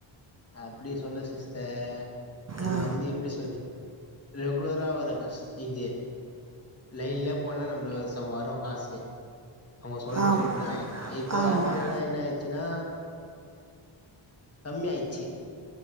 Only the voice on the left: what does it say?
அப்படி சொல்ல சிஸ்ட இது
வந்து எப்படி சொல்லி ரெகுலரா வர கஷ் இது லைன்லே போன்னா நம்மள ச வரு காசு அவுங்க சொல்ற
ரேட் தா இப்ப
ஆப்லனா என்ன ஆயிச்சுனா கம்மி ஆய்ச்சு